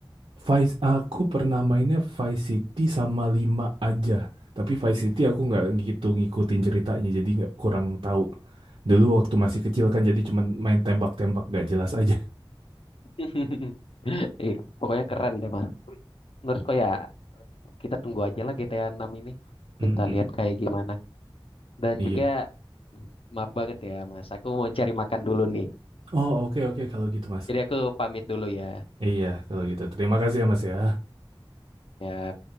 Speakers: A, on the right (about 80°); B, on the left (about 80°).
A: Vice aku pernah mainnya Vice City sama 5 aja. Tapi Vice City aku nggak gitu ngikutin ceritanya, jadi nggak kurang tahu. Dulu waktu masih kecil kan jadi cuman main tembak-tembak nggak jelas aja.
B: <laughs> Ih, pokoknya keren deh mas. Menurutku ya kita tunggu aja lah GTA 6 ini.
A: <laughs>
B: Kita
A: Mm-mm.
B: lihat kayak gimana. Dan
A: Iya.
B: juga
A: Pak.
B: maaf banget ya mas, aku mau cari makan dulu nih.
A: Oh oke oke kalau gitu Mas.
B: Jadi aku pamit dulu ya.
A: Iya kalau gitu. Terima kasih ya Mas ya.
B: Ya.